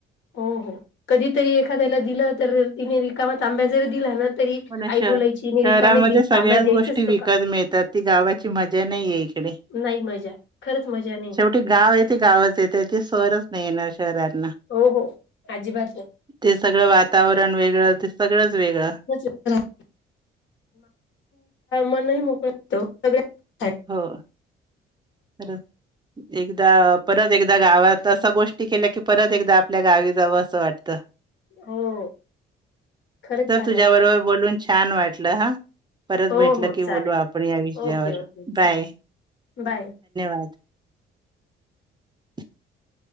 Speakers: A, on the left (about 70°); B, on the right (about 20°).
A: हो हो कधी तरी एखाद्याला दिलं तर तिने रिकामा तांब्या जरी दिला ना तरी
B: पण
A: आई
B: श
A: बोलायची हिने
B: शहरामध्ये
A: रिकामे दि
B: सगळ्याचं
A: तांब्या द्यायचाच
B: गोष्टी विकत
A: तो का
B: मिळतात ती गावाची मजा नाहीये इकडे.
A: नाही मजा खरंच मजा नाही
B: शेवटी गावं आहे ते गावंच आहे त्याची सरचं नाही येणार. खरातना.
A: हो हो अजिबात नाही.
B: ते सगळं वातावरण वेगळं ते सगळंच वेगळं
A: <unintelligible> मनही मोकळं होत. सगळ्यांसाठी
B: हो हॅलो. एकदा परत एकदा गावात असा गोष्टी केल्या की परत एकदा आपल्या गावी जावं असं वाटतं.
A: हो खरंच
B: तर
A: छान
B: तुझ्या
A: वाटत
B: बरोबर बोलून छान वाटलं हा. परत
A: हो
B: भेटलं
A: हो
B: की बोलू
A: चालेल
B: आपण या विषयावर.
A: ओके ओके
B: बाय
A: चालेल बाय.
B: <inaudible>